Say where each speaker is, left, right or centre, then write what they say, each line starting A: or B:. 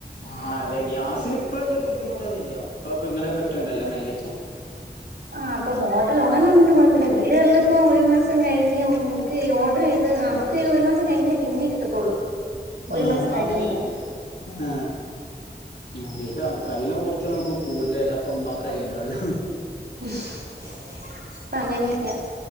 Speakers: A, on the left (about 80°); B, on the right (about 70°).
A: ആഹ് അതെ ഗ്യാസിന് ഇപ്പൊ വല്യ ബുദ്ധിമുട്ടൊന്നുല്ല. ഇപ്പൊ ഇങ്ങനെ കിട്ട്ണ്ടല്ലോ മെല്ലിച്ച.
B: ആഹ് അപ്പൊ ഹോട്ടലുള്ളെനോടങ്ങനെ കൊഴപ്പല്ല വീടുകളില്പ്പം ഒരു മാസം കഴിഞ്ഞ് ബുക്ക് ഓർഡർ ചെയ്ത് ആ ബു ക്ക്യ്ത് ഒരു മാസം കഴിഞ്ഞേ പിന്നെ കിട്ടത്തുള്ളൂ.
A: ആ
B: ഒരു മാസം
A: പ്പഅങ്ങനെ?
B: കഴിയണം
A: ആ ആദ്യയിട്ടാ അതിനെ കുറിച്ച് ഒന്നും നമക്ക് കൂടുതലക്കെമ്മ ആയിരിക്കും ഉണ്ടാവല്ലോ
B: <unintelligible> പ്പഅങ്ങനെക്ക്യ